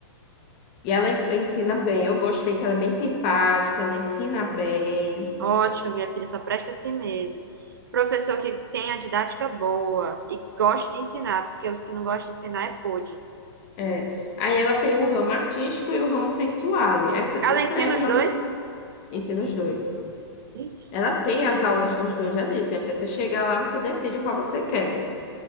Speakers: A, on the left (about 20°); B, on the right (about 55°).
A: E ela en- ensina bem. Eu gostei que ela é bem simpática, ela ensina bem.
B: Ótimo, minha filha, só presta assim mesmo. Professor que tem a didática boa e gosta de ensinar, porque os que não gostam de ensinar é pôde.
A: É. Aí ela tem o ramo artístico e o ramo sensuale. Aí você se
B: Ela
A: inscreve
B: ensina os
A: lá
B: dois?
A: no ensina os dois.
B: Ih,
A: Ela tem as aulas dos dois, já disse. Aí Você chegar lá, você decide qual você quer.